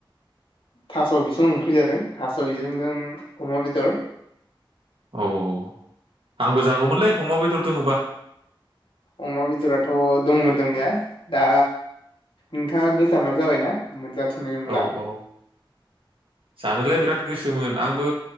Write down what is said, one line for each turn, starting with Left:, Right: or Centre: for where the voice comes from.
Left: थास' बिसं ओंख्रि जादों थास' बिसंजों अमा बेदर।
Right: औ औ आंबो जागौमोनलै अमा बेदर दङबा
Left: अमा बेदराथ' दंमोन दंनाया, दा नोंथाङा गोजानाव जाबायना मोनजाथ'नाय नंला
Right: औ औ जानोलाय बिराद गोसोमोन आंबो